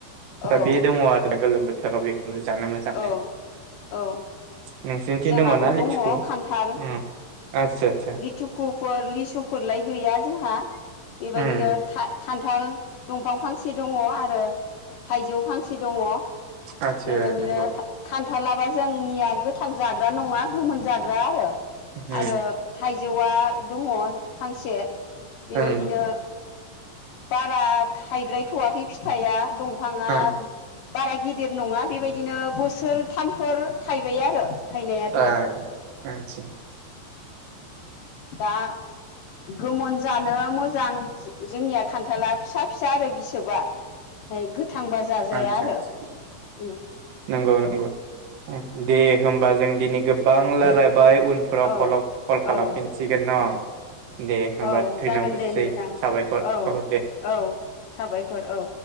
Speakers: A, on the left; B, on the right.
A: औ
B: दा
A: औ
B: बे दङ आरो गोलोम बोथोराव बेखौनो जानो मोनो। मोजां
A: औ औ
B: नोंसोरनिथिं
A: जोंहाबो
B: दङना लिथिखु
A: दङ खान्थाल।
B: उम आतसा आतसा
A: लिथुखुफोर लिसुफोरलाय गैया जोंहा। बेबायदिनो
B: उम
A: था खान्थाल दंफां फांसे दङ आरो थाइजौ फांसे दङ
B: आतसा
A: बेबायदिनो
B: नंगौ
A: खान थालाबा जोंनिया गोथां जाग्रा नङा गोमोन जाग्रा आरो।
B: उम
A: आरो थाइजौआ दङ फांसे बेबायदिनो
B: उम
A: बारा थाइद्रायथ'वाखै फिथाइया दंफाङा
B: ओ
A: बारा गिदिर नङा बेबायदिनो बोसोर थामफोर थाइबाय आरो थायनायाथ'
B: आतसा <unintelligible>
A: दा गोमोन जानो मोजां जोंनिया खान्थाला फिसा फिसा आरो बिसोबा। गोथांबा जाजाया
B: आतसा
A: आरो
B: आतसा
A: उम।
B: नंगौ नंगौ दे होमबा जों दिनै गोबां लाराय बाय उनफोराव
A: औ
B: कल खालामफिनसिगोन
A: औ
B: न' दे होमबा
A: औ
B: धयन'बादसै
A: जागोन दे नोंथां
B: साबायखर
A: औ
B: दे
A: औ साबायखर औ।